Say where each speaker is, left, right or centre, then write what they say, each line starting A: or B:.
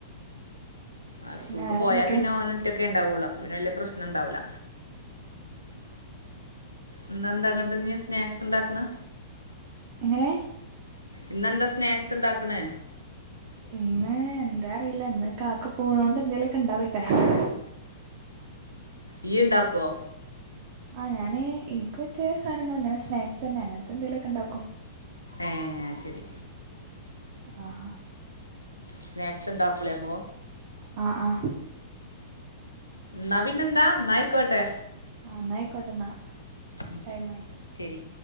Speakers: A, on the left; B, on the right.
A: ആ
B: പിന്നെ
A: സ്കൂൾക്ക്
B: വേറെന്തൊക്കെ
A: പോയാപിന്നെ ഓനൊറ്റൊക്കെ ഉണ്ടാവുള്ളു അപ്പൊപിന്നെ വല്യപ്രശ്നംണ്ടാവൂല ഇന്നെന്താ അങ്ങോട്ടിനി സ്നാക്സ് ഉണ്ടാക്ക്ണ്
B: എങ്ങനെ
A: ഇന്നെന്താ സ്നാക്സ് ഉണ്ടാക്കണേ
B: ഇന്ന് എന്താറീല്ലാ ഇന്ന് കാക്ക പോണോണ്ട് എന്തേലൊക്കെ ഇണ്ടാവേക്കാരം
A: ഇയ്യൊണ്ടാക്കുവോ
B: ആ ഞാന് ഇൻക്ക് പറ്റിയ സാധനങ്ങളിങ്ങനെ സ്നാക്സ് തന്നെ അങ്ങനത്തെന്തെങ്കിലൊക്കെ ഉണ്ടാക്കും
A: ഏ ശെരി
B: ആഹാ
A: സ്നാക്സ് ഉണ്ടാക്കൂലെ അപ്പോ
B: ആ ആ
A: ന്നാ പിന്നെന്താ ന്നായ്ക്കോട്ടെ
B: ആഹ ന്നൈകോട്ടന്ന
A: ഉം
B: ടൈമാ
A: ശരി